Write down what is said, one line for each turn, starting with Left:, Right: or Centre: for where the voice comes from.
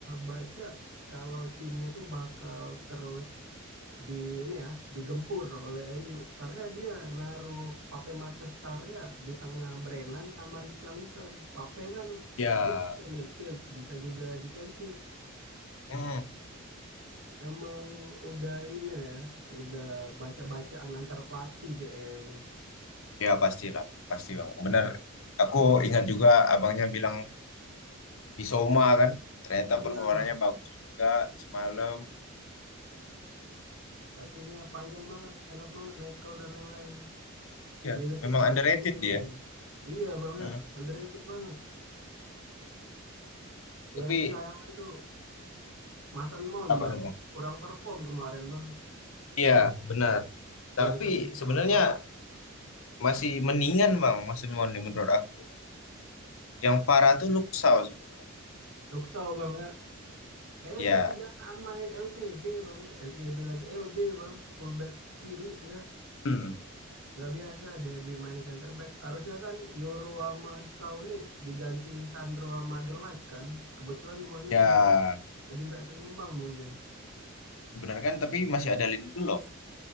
Right: baca kalau timnya tuh bakal terus di ini ya, digempur oleh MU karena dia naruh Pape Sarnya di tengah Brennan sama Richarlison. Pape kan
Left: Ya,
Right: dia center midfield, bisa juga defensif.
Left: hmm,
Right: Emang udah ininya ya, udah baca-bacaan antar pelatih kayaknya ini.
Left: ya pastilah, pasti bang. Benar. Aku ingat juga abangnya bilang Bisoma kan, ternyata
Right: Iya,
Left: performanya
Right: Bang.
Left: bagus juga semalam.
Right: Kakinya panjang banget, enak banget, nekel dan lain-lain.
Left: Ya,
Right: minusnya
Left: memang
Right: dapat
Left: underrated
Right: kuning
Left: dia.
Right: aja. Iya bang
Left: Hmm.
Right: ya, underrated banget.
Left: Tapi
Right: Yang disayangkan tuh Mason Mount
Left: apa
Right: bang,
Left: tuh bang?
Right: kurang perform kemarin bang.
Left: Iya, benar.
Right: Dia
Left: Tapi
Right: dikasih kepercayaan.
Left: sebenarnya masih mendingan bang, masih mendingan menurut aku. Yang parah tuh Luxau. sebenarnya.
Right: Luksau bang ya, kayaknya
Left: Ya,
Right: dia kebiasaan main LCB bang ya, LCB lagi LB bang, fullback kiri dia.
Left: Hmm.
Right: Nggak biasa dia dimainin center back. Harusnya kan Yoro sama Sau nih diganti Lisandro sama De Ligt kan. Kebetulan duanya
Left: ya.
Right: cedera, jadi nggak seimbang mungkin.
Left: Benar kan, tapi masih ada Lindelof.